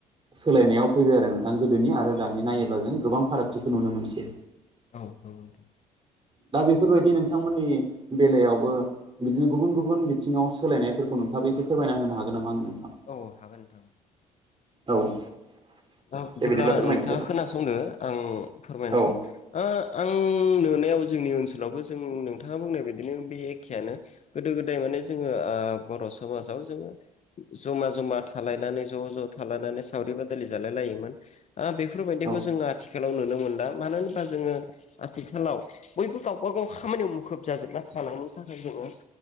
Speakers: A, on the right; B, on the left.
A: सोलायनायाव फैबाय आरो नों थां गोदोनि आरो
B: औ
A: दानि
B: औ
A: नायोब्ला
B: नंगौ
A: जों
B: नोंथां
A: गोबां फारागथिखौ नुनो मोनसै।
B: औ नंगौ नोंथां।
A: दा बेफोरबायदि नोंथांमोननि बेलायावबो बिदिनो गुबुन गुबुन बिथिंङाव सोलायनायफोरखौ नोंथांबो एसे फोरमायना होनो हागोन नामा आंनो? नोंथां?
B: औ हागोन नोंथां।
A: औ
B: औ बिदिब्ला
A: दे फोरमायनोसै
B: नोंथाङा खोनासंदो आं फोरमायनोसै
A: औ
B: ओ आं नुनायाव जोंनि ओनसोलावबो जों नोंथाङा बुंनाय बिदिनो बे एखेयानो गोदो गोदाय माने जोङो ओ बर' समाजाव जोङो ज'मा जमा थालायनानै ज' ज' थालायनानै सावरि बादालि जालायलायोमोन ओ बेफोरबायदिखौ
A: औ
B: जो आथिखालाव नुनो मोन ला मानो होनोबा जोङो आथिखालाव बयबो गावबा गाव खामानियाव मुखुब जाजोबना थालांनो थाखाय जोङो